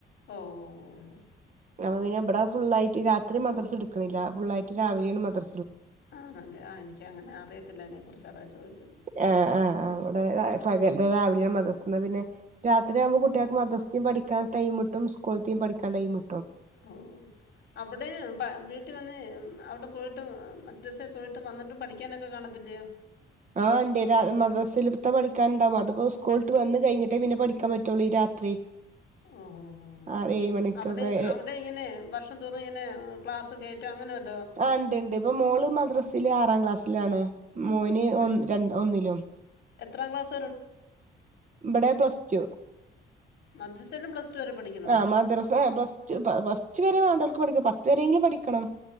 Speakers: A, on the left (about 70°); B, on the right (about 35°).
A: ഓ ഓ ഓ
B: അപ്പ പിന്നെ ഇവിടെ ഫുളായിട്ട് രാത്രി മദ്രസ എടുക്കണില്ല ഫുള്ളായിട്ട് രാവിലെയാണ് മദ്ര
A: ആണല്ലേ ആ എനിക്ക് അങ്ങനെ അറിയത്തില്ല അതിനെകുറിച്ച് അതാ ചോദി
B: ആ ആ അവിടെ പകല് രാവി- <unintelligible> പിന്നെ രാത്രി ആകുമ്പോ കു കുട്ടികൾക് മദ്രസ്തേ പഠിക്കാൻ ടൈമ്കിട്ടും സ്കൂളിലത്തേ പഠിക്കാൻ ടൈമ്
A: ഓ അവിടെ പ വീട്ടിൽ വന്ന് അവിടെ പോയിട്ട് മദ്രസേ പോയിട്ട് വന്നിട്ട് പഠിക്കാനൊക്കെ കാണത്തില്ലിയോ
B: ആ ഉണ്ട് മദ്രസല്ത്തെ പഠിക്കാൻ ഉണ്ടാവും അതിപ്പോ സ്കൂള് വിട്ട് വന്ന് കഴിഞ്ഞിട്ടേ പിന്നെ പഠിക്കാൻ പറ്റുള്ളൂ രാത്രി
A: ഓഹോഹോ
B: ആറ് ഏഴ് മണിക്കൊക്കെ
A: അവിടെ അവിടെ ഇങ്ങനെ വർഷം തോറും ഇങ്ങനെ ക്ലാസ്സ് ക അങ്ങനൊരു
B: ആ ഇണ്ട് ഇണ്ട് ഇപ്പൊ മോള് മദ്രസ ആറാം ക്ലാസ്സിലാണ് മോന് ഓൻ
A: എത്-
B: രണ്ടിലും
A: എത്രാം ക്ലാസ്സ
B: ഇവിടെ പ്ലസ്ടു
A: മദ്രസയിലും പ്ലസ് ടു വരെ പഠിക്കണോ
B: ആ മദ്രസ പ്ലസ്ടു പ്ലസ്ടു വരെ വേണ്ട പഠിക്ക പത്ത് വരെയെങ്കിലും പഠിക്കണം